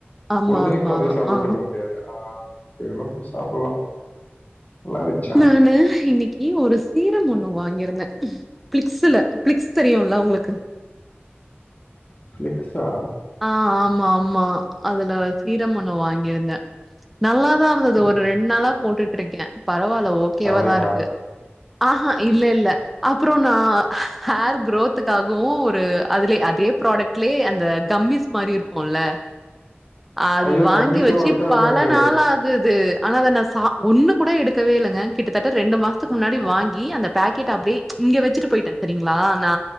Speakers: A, in the centre; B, on the left (about 45°).
A: ஆமாமா.
B: பொழுதனிக்கு அதே சாப்ட்டு
A: ஆ.
B: இருக்க முடியாது ஆ இதெல்லா போட் சாப்பல்லா நல்லாருக்
A: நானு இன்னைக்கு ஒரு சீரம் ஒன்னு வாங்கிருந்தே பிளிக்ஸ்ல பிளிக்ஸ் தெரியுல்ல உங்களுக்கு
B: ஃபிலிக்ஸா
A: ஆஹ் ஆமா ஆமா அதுல சீரம் ஒன்னு வாங்கியிருந்தே நல்லாதா அது
B: ம்
A: ஒரு ரெண்டு நாளா போட்டுட்டு இருக்கே பரவால்ல ஓகேவாதாருக்கு
B: தலைக்கா
A: ஆஹ் ஹ இல்ல இல்ல அப்புறோ நா ஹேர் க்ரோத்துக்காகவு ஒரு அதலே அதே ப்ராடக்ட்லயே அந்த கம்மிஸ் மாரி இருக்குல்ல அது
B: ஐயோ
A: வாங்கி
B: கம்மிஸ்லாம்
A: வெச்சு
B: ஒர்க்
A: பல
B: ஆகாது
A: நாள் ஆகுது ஆனா அத நான் சா ஒன்னு கூட எடுக்கவே இல்லங்க கிட்டத்தட்ட ரெண்டு மாசத்துக்கு முன்னாடி வாங்கி அந்த பேக்கெட் அப்டியே இங்க வச்சிட்டு போயிட்டே சரிங்ளா நா